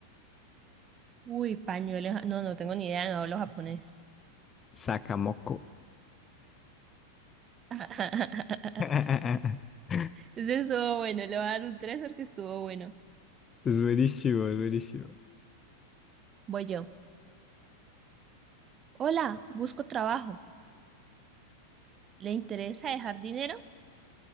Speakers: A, on the right (about 25°); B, on the left (about 20°).
A: Uy, pañuelos. ja- No, no tengo ni idea, no hablo japonés.
B: Sakamoko.
A: <laughs>
B: <laughs>
A: Ese estuvo bueno, le voy a dar un tres porque estuvo bueno.
B: Es buenísimo, es buenísimo.
A: Voy yo. Hola, busco trabajo. ¿Le interesa dejar dinero?